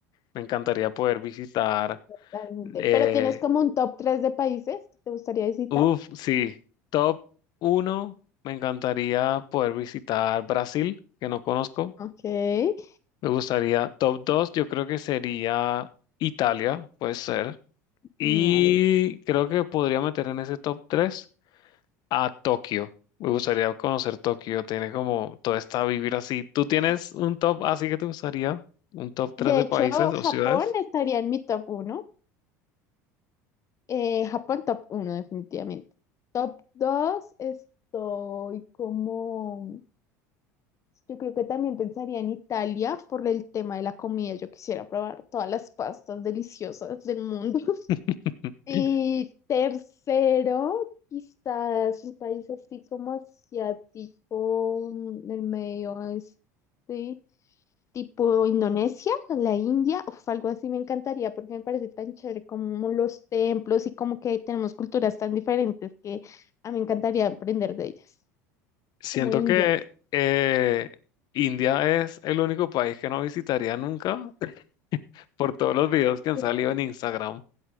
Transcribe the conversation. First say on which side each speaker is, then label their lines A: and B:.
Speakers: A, on the left; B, on the left.
A: Me encantaría poder visitar.
B: Totalmente.
A: Eh,
B: Pero tienes como un top 3 de países que te gustaría visitar.
A: uf, sí, top uno, me encantaría poder visitar Brasil, que no conozco.
B: Ok.
A: Me gustaría, top dos, yo creo que sería Italia, puede ser. Y
B: No, ahí ya.
A: creo que podría meter en ese top tres. a Tokio. Me gustaría conocer Tokio. Tiene como toda esta vivir así. ¿Tú tienes
B: está.
A: un top así que te gustaría? ¿Un top 3
B: De
A: de
B: hecho,
A: países
B: Japón
A: o ciudades?
B: estaría en mi top uno Eh, Japón top uno definitivamente. Top 2 estoy como... Yo creo que también pensaría en Italia por el tema de la comida. Yo quisiera probar todas las pastas deliciosas del mundo. <laughs>
A: <laughs>
B: Y tercero, quizás un país así como asiático, mm, del medio oeste, tipo Indonesia, la India, uf, algo así me encantaría porque me parece tan chévere como los templos y como que tenemos culturas tan diferentes que a mí me encantaría aprender de ellas,
A: Siento
B: como India.
A: que eh, India es el único país que no visitaría nunca <laughs> por todos los videos que han
B: porque,
A: salido en Instagram.